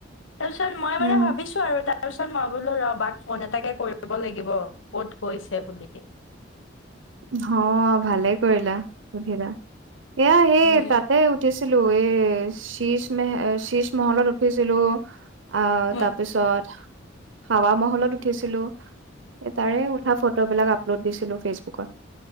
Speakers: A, on the left (about 80°); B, on the right (about 75°).
A: তাৰপিছত মই
B: উম,
A: মানে ভাবিছোঁ আৰু তাৰপিছত মই বোলো ৰ বাক ফোন এটাকে কৰিব লাগিব, ক'ত গৈছে বুলি? <inaudible>
B: অ', ভালেই কৰিলা সুধিলা এয়া সেই
A: উম
B: তাতে উঠিছো ছিলো, এ, শীচ ম, শীষ মহলত উঠিছিলোঁ আ,
A: উম
B: তাৰপিছত হাৱা মহলত উঠিছিলো, তাৰে উঠা ফটো বিলাক আপলোড দিছিলো ফেচবুকত।